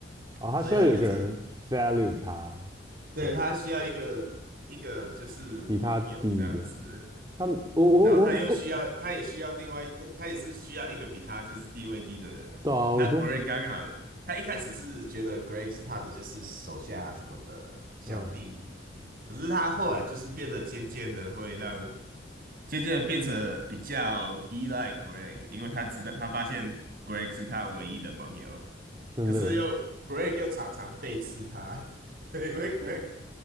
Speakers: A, on the right; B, on the right.
A: 啊、哦他需要有一个人
B: 所以他变成
A: value 他，
B: 对，
A: 这样
B: 他需要一个一个就是盟友这样子，
A: 比他低一点。他们，我我我我，
B: 然后他又需要，他也需要另外，他他也是需要一个比他就是地位低的人。
A: 对啊，
B: 那
A: 我觉得，
B: Greg 刚好，他一开始是觉得 Greg 是他的就是手下什么的小弟，
A: 嗯，
B: 可是他后来就是变得渐渐的会让，渐渐的变成比较依赖 Greg，因为他知道他发现 Greg 是他唯一的盟友，
A: 真的
B: 可是又 Greg 又常常背刺他。<laughs> 因为 Greg